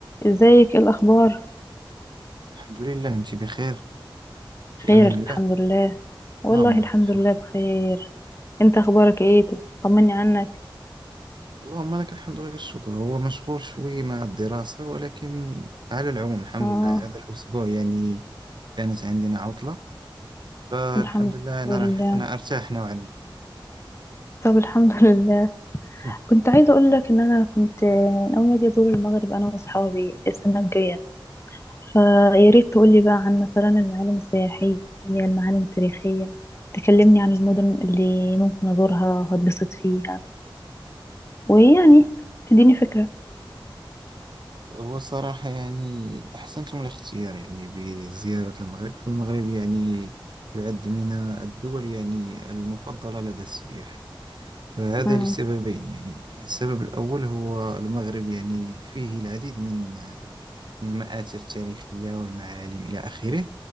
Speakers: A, on the left (about 30°); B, on the right (about 60°).
A: ازيك ايه الاخبار
B: الحمد لله انت بخير في
A: خير
B: امان الله
A: الحمد لله والله
B: اللهم
A: الحمد
B: لك الحمد
A: لله بخير انت اخبارك ايه طمني عنك
B: اللهم لك الحمد ولك الشكر هو مشغول شوي مع الدراسة ولكن على العموم الحمد
A: اه
B: لله هذا الاسبوع يعني كانت عندنا عطلة فالحمد
A: الحمد
B: لله انا
A: لله
B: راح انا ارتاح نوعا
A: طب الحمد <laughs> لله
B: ما
A: كنت عايزه اقول لك ان انا كنت ناويه اجي ازور المغرب انا واصحابي السنه الجايه فيا ريت تقولي بقى عن مثلا المعالم السياحيه المعالم التاريخيه تكلمني عن المدن اللي ممكن ازورها وهتبسط فيها ويعني تديني فكره
B: <laughs> هو صراحة يعني احسنتم الاختيار يعني بزيارة المغرب فالمغرب يعني يعد من الدول يعني المفضلة لدى السياح فهذا
A: امم
B: لسببين يعني السبب الأول هو المغرب يعني فيه العديد من المآثر التاريخية والمعالم إلى آخره